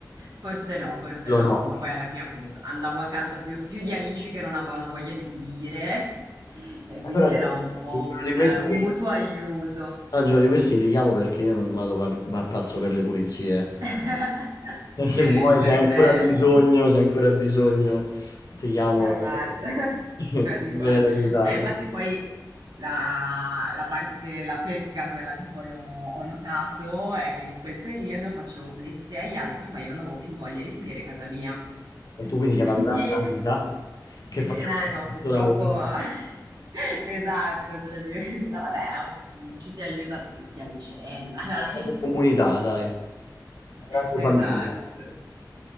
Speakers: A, on the right; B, on the left.
A: Forse no, forse
B: Lo
A: no,
B: no.
A: ma poi alla fine appunto andavo a casa più, più di amici che non avevano voglia di pulire <laughs> e
B: Allora,
A: quindi era
B: gio-
A: un po'
B: il giorno
A: un,
B: di questi,
A: un mutuo aiuto.
B: no, il giorno di questi ti chiamo perché io non vado par- ma pazzo per le pulizie.
A: <laughs>
B: E se vuoi,
A: Perfetto.
B: se hai ancora bisogno, se hai ancora bisogno, ti chiamo
A: Ma
B: e
A: guarda, <laughs>
B: <laughs>
A: quasi
B: vieni
A: quasi.
B: ad aiutarmi.
A: Dai, infatti poi la, la parte, la pecca, quella che poi ho, ho notato, è che in quel periodo facevo pulizia agli altri, ma io non avevo più voglia di pulire casa mia.
B: E tu quindi
A: <laughs>
B: chiamavi
A: Quindi,
B: un'altra amica che
A: quindi
B: faceva
A: eh, no,
B: lo
A: no,
B: stesso
A: purtroppo,
B: lavoro. Una
A: <laughs> esatto, cioè diventa, vabbè, un- ci si aiuta tutti a vicenda, <laughs> dai.
B: grande comunità, dai, una grande
A: Esatto,
B: famiglia.